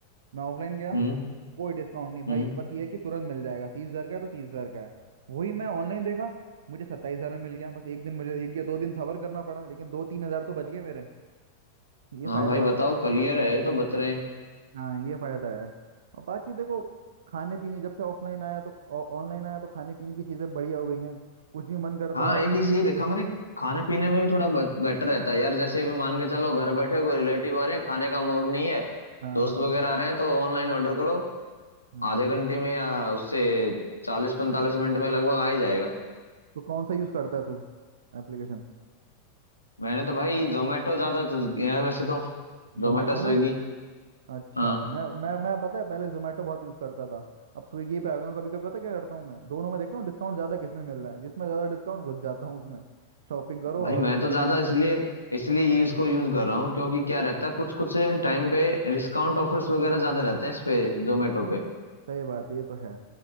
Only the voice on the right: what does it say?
मैं ऑफलाइन गया
कोई डिस्काउंट नहीं भाई
बस ये है कि तुरंत मिल जाएगा तीस हज़ार का है तो तीस हज़ार का है वही मैं ऑनलाइन देखा मुझे सत्ताईस हज़ार में मिल गया बस एक दिन मुझे एक या दो दिन सबर करना पड़ा लेकिन दो तीन हज़ार तो बच गए मेरे ये
फ़ायदा
हो
जाता है
हाँ ये फ़ायदा है और बाकी देखो खाने पीने जब से ऑफलाइन आया तो ऑनलाइन आया तो खाने पीने की चीज़ें बढ़िया हो गई हैं कुछ भी मन करता
है
हम्म।
हाँ
हाँ
हाँ
तो कौन सा यूज़ करता है तू एप्लीकेशन
जोमेटो ना
अच्छा
मैं मैं मैं पता है पहले जोमेटो बहुत यूज़ करता था अब स्विगी पे आ गया हूँ कभी कभी पता क्या करता हूँ मैं दोनों में देखता हूँ डिस्काउंट ज़्यादा किसमें मिल रहा है जिसमें ज़्यादा डिस्काउंट घुस जाता हूँ उसमें शॉपिंग करो
ऑनलाइन
ऑर्डर
सही बात है ये तो है